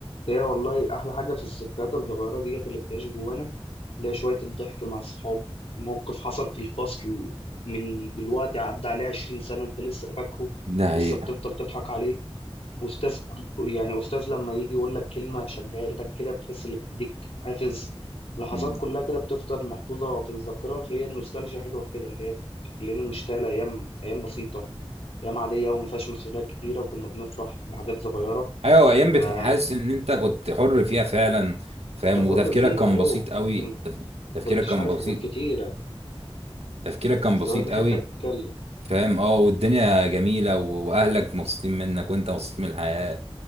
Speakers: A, on the left; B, on the right.
A: هي والله احلى حاجه في الذكريات الصغيره ديت اللي بتعيش جوانا اللي هي شويه الضحك مع الصحاب موقف حصل في الفصل من دلوقتي عدى عليه 20 سنه انت لسه فاكره
B: ده حقيقة
A: لسه بتفضل تضحك عليه استاذ يعني استاذ لما يجي يقول لك كلمه شجعتك كده بتحس اللي بتديك حافز لحظات
B: مم.
A: كلها كده بتفضل محفوظه في الذاكره فهي النوستالجيا حلوه في كده اللي هي بتخلينا نشتغل ايام ايام بسيطه ايام عاديه وما فيهاش مسؤوليات كتيره وكنا بنفرح بحاجات صغيره
B: ايوه ايام بتحس
A: فكنت
B: ان انت كنت حر فيها فعلا فاهم
A: حر
B: وتفكيرك
A: فيها
B: كان
A: ايوه
B: بسيط قوي
A: انت ما
B: تف... تفكيرك
A: كنتش
B: كان
A: عارف
B: بسيط
A: حاجات كتيره
B: تفكيرك كان
A: اللي
B: بسيط
A: هو انا بحب
B: قوي
A: اتكلم
B: فاهم اه والدنيا جميله و... واهلك مبسوطين منك وانت مبسوط من الحياه